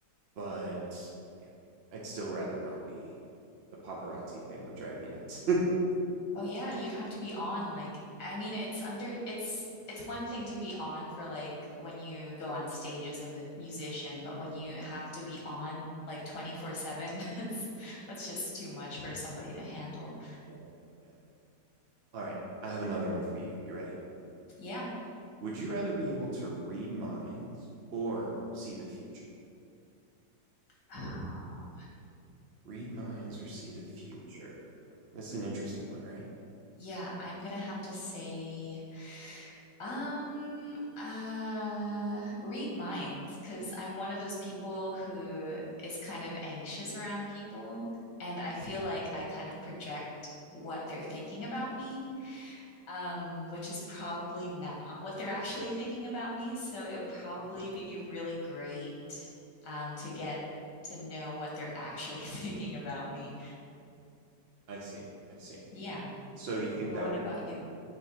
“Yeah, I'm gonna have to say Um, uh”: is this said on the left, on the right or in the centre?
Left